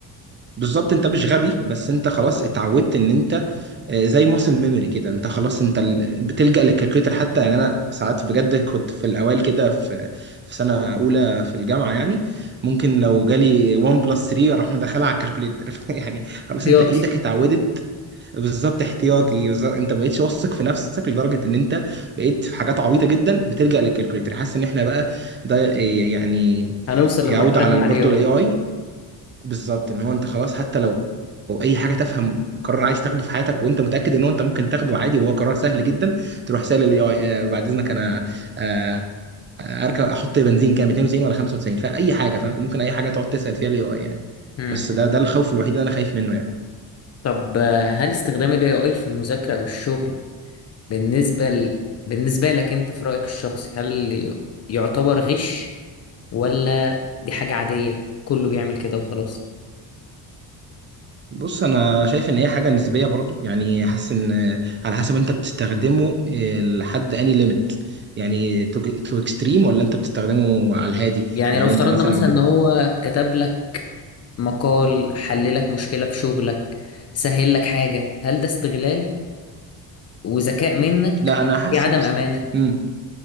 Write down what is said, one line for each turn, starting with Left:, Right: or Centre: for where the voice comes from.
Right: بالظبط انت مش غبي بس انت خلاص اتعودت ان انت آه، زي ماسل ميموري كده انت خلاص انت ال- بتلجأ للكالكوليتر حتى يعني انا ساعات بجد كنت في الاوائل كده في في سنه اولى في الجامعه يعني ممكن لو جالي 1 بلس 3 اروح مدخلها على الكالكوليتر <laughs> يعني خلاص
Left: احتياطي
Right: انت ايدك اتعودت بالظبط احتياطي بالظبط انت ما بقتش واثق في نفسك لدرجه ان انت بقيت في حاجات عبيطه جدا بتلجأ للكالكوليتر حاسس ان احنا بقى ده آه، يعني
Left: هنوصل للمرحلة
Right: يعود على
Left: دي مع
Right: برضه
Left: الاي اي
Right: الاي اي بالظبط ان هو انت خلاص حتى لو لو اي حاجه تفهم قرار عايز تاخده في حياتك وانت متاكد ان هو انت ممكن تاخده عادي وهو قرار سهل جدا تروح سال الاي اي بعد اذنك انا آه، اركب احط بنزين كام 92 ولا 95 فاي حاجه فاهم ممكن اي حاجه تقعد تسال فيها الاي اي يعني
Left: مم.
Right: بس ده ده الخوف الوحيد اللي انا خايف منه يعني
Left: طب آه، هل استخدام الاي اي في المذاكرة او الشغل بالنسبة ل... بالنسبة لك أنت في رأيك الشخصي هل ي- يعتبر غش ولا دي حاجة عادية كله بيعمل كده وخلاص
Right: بص انا شايف ان هي حاجه نسبيه برضو يعني حاسس ان على حسب انت بتستخدمه آه، لحد اني ليميت يعني تو اكستريم ولا انت بتستخدمه على الهادي
Left: يعني
Right: يعني
Left: لو افترضنا
Right: انت مثلا
Left: مثلا إن هو كتب لك مقال حل لك مشكلة في شغلك سهل لك حاجة هل ده استغلال وذكاء منك
Right: لا انا
Left: دي
Right: حاسس
Left: عدم أمانة
Right: مم.